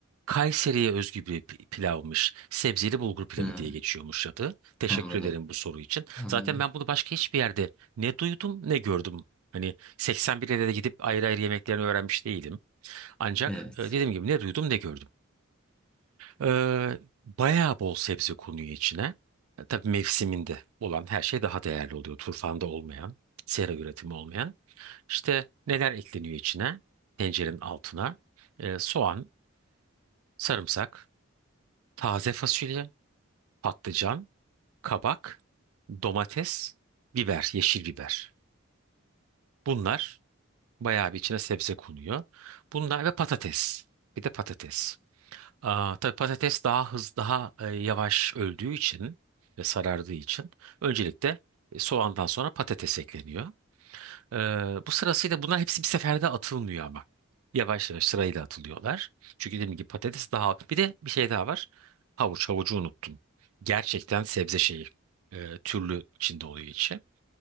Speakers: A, on the right; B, in the centre.
A: Kayseri'ye özgü bir pi- pilavmış. Sebzeli bulgur pilavı
B: Hı,
A: diye geçiyormuş adı. Teşekkür
B: anladım.
A: ederim bu soru için.
B: Anladım.
A: Zaten ben bunu başka hiçbir yerde ne duydum ne gördüm. Hani 81'e de gidip ayrı ayrı yemeklerini öğrenmiş değilim. Ancak
B: Evet.
A: e, dediğim gibi ne duydum ne gördüm. Ee, bayağı bol sebze konuyor içine. E, Tabii mevsiminde olan her şey daha değerli oluyor. Turfanda olmayan, sera üretimi olmayan. İşte neler ekleniyor içine? Tencerenin altına. E, soğan, sarımsak. Taze fasulye, patlıcan, kabak, domates, biber, yeşil biber. Bunlar bayağı bir içine sebze konuyor. Bunlar ve patates. Bir de patates. Aa, tabii patates daha hız, daha e, yavaş öldüğü için ve sarardığı için öncelikle e, soğandan sonra patates ekleniyor. Ee, bu sırasıyla bunlar hepsi bir seferde atılmıyor ama. Yavaş yavaş sırayla atılıyorlar. Çünkü dediğim gibi patates daha... Bir de bir şey daha var. Havuç. Havucu unuttum. Gerçekten sebze şeyi. e, türlü içinde oluyor içi.